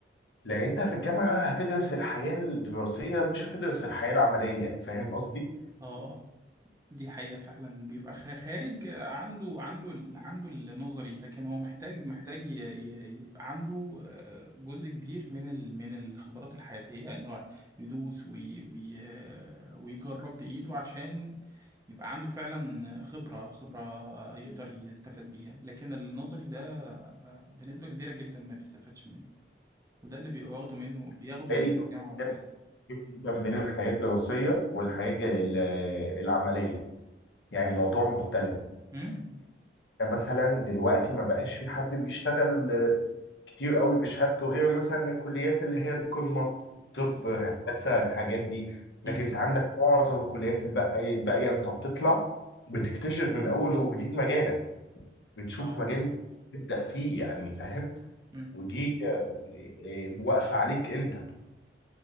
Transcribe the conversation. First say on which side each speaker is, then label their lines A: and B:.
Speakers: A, on the left; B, on the right.
A: لان انت في الجامعة هتدرس الحياة الدراسية مش هتدرس الحياة العملية فاهم قصدي؟
B: اه اه دي حقيقة فعلا بيبقى خ- خارج عنده عنده ال- عنده النظري لكن هو محتاج محتاج ي- ي- يبقى عنده آه، جزء كبير من ال- من الخبرات الحياتية يعني ان هو يدوس وي وي ويجرب بإيده عشان يبقى عنده فعلا خبرة خبرة يقدر يستفاد بيها لكن النظري ده آه، بنسبة كبيرة جدا ما بيستفادش منه وده اللي بيبقى واخده منه بياخده
A: بالتالي
B: من
A: في اختلاف
B: الجامعة وخارج
A: كبير جدا بين الحياة الدراسية والحياة الج- ال- العملية يعني الموضوع مختلف
B: امم
A: يعني مثلا دلوقتي ما بقاش في حد بيشتغل آه، كتير قوي بشهادته غير مثلا الكليات اللي هي القمة طب
B: امم
A: هندسة الحاجات دي لكن
B: امم،
A: انت عندك معظم الكليات الباقية الباقية انت بتطلع بتكتشف من اول وجديد مجالك بتشوف
B: اه
A: مجال جديد تبدأ فيه يعني فاهم
B: امم.
A: ودي آه، آه، واقفة عليك انت